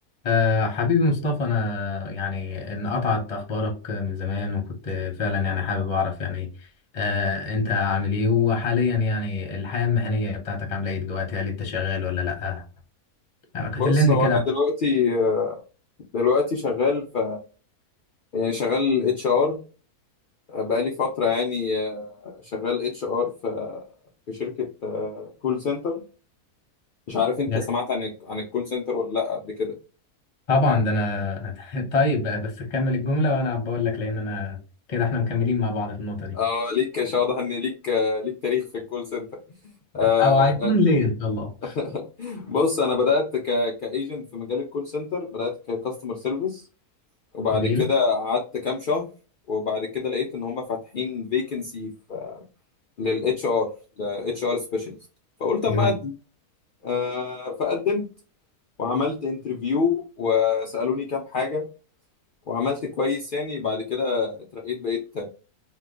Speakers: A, on the left (about 30°); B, on the left (about 75°).
A: أه حبيبي مصطفى أنا يعني إن قطعت أخبارك من زمان وكنت فعلا يعني حابب أعرف يعني أه أنت عامل إيه وحاليا يعني الحياة المهنية بتاعتك عاملة إيه دلوقتي هل أنت شغال ولا لأ؟ آه، كلمني
B: بص هو
A: كده
B: انا دلوقتي دلوقتي شغال في يعني شغال اتش ار بقالي فتره يعني شغال اتش ار في في شركه كول سنتر مش عارف انت
A: عن-
B: سمعت
A: <laughs>
B: عن عن الكول سنتر ولا لا قبل كده
A: طبعا ده أنا <laughs> طيب بس كمل الجملة وأنا بقول لك لأن أنا كده إحنا مكملين مع بعض في النقطة دي
B: اه ليك مش واضح ان ليك ليك تاريخ في الكول سنتر آه،
A: أو هيكون ليه إن شاء الله
B: <laughs> بص انا بدات ك كايجنت في مجال الكول سنتر بدات ككاستمر سيرفيس وبعد
A: جميل
B: كده قعدت كام شهر وبعد كده لقيت ان هم فاتحين فيكنسي للاتش ار لاتش ار سبيشالست فقلت اما
A: جميل
B: اقدم آه فقدمت وعملت انترفيو وسالوني كام حاجه وعملت كويس يعني بعد كده اترقيت بقيت